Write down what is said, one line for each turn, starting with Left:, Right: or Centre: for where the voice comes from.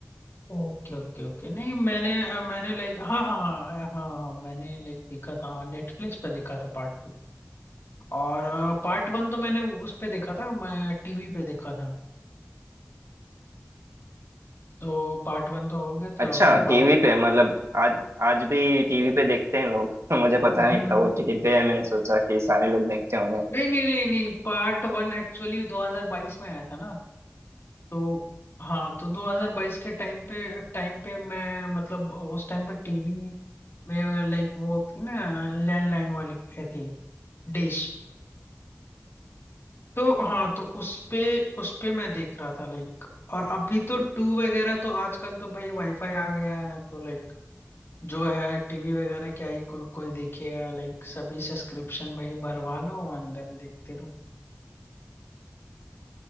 Left: ओके ओके ओके नहीं मैंने अ, मैंने लाइक हाँ हाँ हाँ हाँ हाँ मैंने लाइक देखा था नेटफ्लिक्स पे देखा था पार्ट टू और पार्ट वन तो मैंने उस पे देखा था मैं टीवी पे देखा था तो पार्ट वन तो हो गया
Right: अच्छा
Left: था और पार्ट
Right: टीवी पे मतलब आज आज भी टीवी पे देखते हैं लोग <laughs> मुझे पता
Left: हम्म
Right: नहीं था वो टीवी पे है मैंने सोचा कि सारे लोग देखते होंगे
Left: नहीं नहीं नहीं नहीं पार्ट वन एक्चुअली 2022 में आया था ना तो हाँ तो 2022 के टाइम पे टाइम पे मैं मतलब उस टाइम पे टीवी में लाइक वो थी ना लैंडलाइन वाली ये थी डिश तो हाँ तो उस पे उस पे मैं देख रहा था लाइक और अभी तो टू वगैरह तो आजकल तो भाई वाईफाई आ गया है तो लाइक जो है टीवी वगैरह क्या ही को, कोई देखेगा लाइक सभी सब्सक्रिप्शन भाई भरवा लो एंड देन देखते रहो